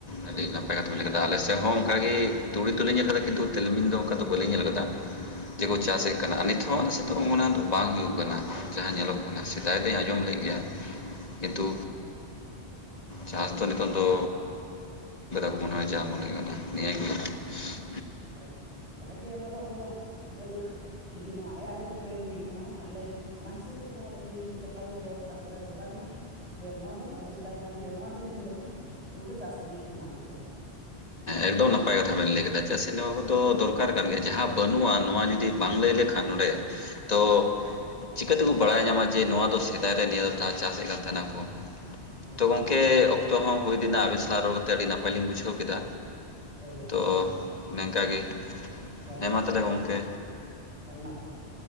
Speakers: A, on the left (about 40°); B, on the right (about 35°).
A: ᱟᱹᱰᱤ ᱱᱟᱯᱟᱭ ᱠᱟᱛᱷᱟᱢ ᱞᱟᱹᱭ ᱟᱠᱟᱫᱟ ᱟᱞᱮ ᱥᱮᱫ ᱦᱚᱸ ᱚᱱᱠᱟᱜᱮ ᱛᱩᱲᱤ ᱛᱚᱞᱤᱧ ᱧᱮᱞ ᱟᱠᱟᱫᱟ ᱠᱤᱱᱛᱩ ᱛᱤᱞᱢᱤᱧ ᱫᱚ ᱚᱱᱠᱟ ᱫᱚ ᱵᱟᱹᱞᱤᱧ ᱧᱮᱞ ᱟᱠᱟᱫᱟ, ᱡᱮᱠᱚ ᱪᱟᱥᱮᱫ ᱠᱟᱱᱟ ᱟᱨ ᱱᱤᱛᱦᱚᱸ ᱚᱱᱟ ᱥᱮᱛᱟᱝ ᱚᱱᱟ ᱫᱚ ᱵᱟᱝ ᱦᱩᱭᱩᱜ ᱠᱟᱱᱟ, ᱡᱟᱦᱟᱸ ᱧᱮᱞᱚᱜ ᱠᱟᱱᱟ᱾ ᱚᱱᱟ ᱥᱮᱫᱟᱭ ᱫᱩᱧ ᱟᱸᱡᱚᱢ ᱞᱮᱫ ᱜᱮᱭᱟ ᱠᱤᱱᱛᱩ
B: ᱦᱳᱭ
A: ᱪᱟᱥ ᱫᱚ ᱱᱤᱛᱚᱜ ᱫᱚ ᱟᱫᱚ ᱢᱚᱱᱮ ᱦᱚᱭ ᱜᱮ ᱡᱟ ᱢᱚᱱᱮ ᱠᱟᱱᱟ ᱱᱤᱭᱟᱹᱜᱮ <unintelligible>
B: ᱦᱳᱭ, ᱡᱟᱦᱟᱜᱜᱮ ᱚᱱᱟ ᱫᱚ ᱟᱵᱚ ᱡᱮᱦᱮᱛᱩ ᱡᱩᱫᱤ ᱱᱚᱣᱟ ᱮ. ᱟᱭ. ᱵᱚᱱ ᱴᱨᱮᱱᱤᱝ ᱮ ᱠᱟᱱᱟ ᱛᱟᱦᱚᱞᱮ ᱚᱱᱟ ᱦᱤᱥᱟᱹᱵ ᱛᱮ ᱱᱚᱣᱟ ᱨᱚᱲ, ᱞᱟᱹᱭ ᱞᱤᱧ ᱠᱟᱛᱷᱟ ᱫᱚᱞᱤᱧ ᱨᱚᱲ ᱨᱟᱠᱟᱵ ᱠᱮᱫᱟ ᱡᱮ ᱵᱟᱝᱢᱟ ᱡᱮ ᱱᱚᱣᱟ ᱫᱚ ᱟᱹᱰᱤ ᱥᱮᱫᱟᱭ ᱠᱷᱚᱱ ᱜᱮ ᱱᱚᱣᱟ ᱠᱚ ᱡᱤᱱᱤᱥ ᱫᱚᱠᱚ ᱱᱩᱠᱩ ᱠᱚ ᱪᱟᱥ ᱟᱹᱜᱩᱭᱮᱫ ᱛᱟᱦᱮᱸᱱᱟ ᱢᱮᱱᱛᱮ,
A: ᱮᱠᱫᱚᱢ ᱱᱟᱯᱟᱭ ᱠᱟᱛᱷᱟ ᱵᱮᱱ ᱞᱟᱹᱭ ᱠᱮᱫᱟ᱾ ᱪᱟᱜ ᱥᱮ ᱱᱚᱣᱟ ᱠᱚᱫᱚ ᱫᱚᱨᱠᱟᱨ ᱠᱟᱱ ᱜᱮᱭᱟ ᱡᱟᱦᱟᱸ ᱵᱟᱹᱱᱩᱜᱼᱟ ᱱᱚᱣᱟ ᱡᱩᱫᱤ ᱵᱟᱝ ᱞᱟᱹᱭ ᱞᱮᱠᱷᱟᱱ ᱱᱚᱸᱰᱮ ᱛᱚ ᱪᱤᱠᱟᱹ ᱛᱮᱠᱚ ᱵᱟᱲᱟᱭ ᱧᱟᱢᱟ ᱡᱮ ᱱᱚᱣᱟ ᱫᱚ ᱥᱮᱫᱟᱭ ᱨᱮ ᱱᱤᱭᱟᱹ ᱴᱟᱜ ᱪᱟᱥᱮᱫ ᱠᱟᱱ ᱛᱟᱸᱦᱮᱱᱟ ᱠᱚ,
B: ᱦᱳᱭ
A: ᱛᱚ ᱜᱚᱝᱠᱮ ᱚᱠᱛᱚ ᱦᱚᱸ ᱦᱩᱭ ᱤᱫᱤᱱᱟ ᱟᱵᱮᱱ ᱥᱟᱞᱟᱜ ᱨᱚᱲ ᱠᱟᱛᱮᱜ ᱟᱹᱰᱤ ᱱᱟᱯᱟᱭ ᱞᱤᱧ ᱵᱩᱡᱷᱟᱹᱣ ᱠᱮᱫᱟ᱾
B: ᱦᱳᱭ ᱜᱚᱢᱠᱮ
A: ᱛᱚ ᱱᱮᱝᱠᱟ ᱜᱮ,
B: ᱦᱳᱭ
A: ᱦᱮᱸ ᱢᱟ ᱛᱟᱦᱚᱞᱮ ᱜᱚᱝᱠᱮ᱾
B: ᱦᱳᱭ ᱢᱟ ᱛᱟᱦᱚᱞᱮ᱾